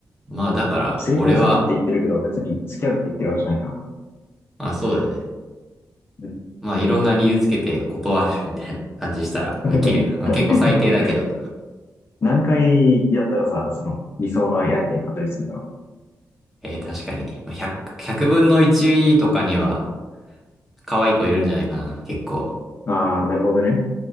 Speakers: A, in the centre; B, on the left.
A: まあ、だから、
B: 成功するって言ってるけど、
A: 俺は、
B: 別に付き合うって言ってるわけじゃないからな。
A: まあ、そうだよね。
B: うん。
A: まあ、いろんな理由つけて断るみたいな感じしたら、
B: <laughs>
A: まあ、いけるよな。まあ、結構最低だけど。
B: でも、何回やったらさ、その理想の相手に確立するんだろ
A: えー、確かに。まあ、100、100分の1とかには、可愛い子いるんじゃないかな、結構。
B: う。ああ、なるほどね。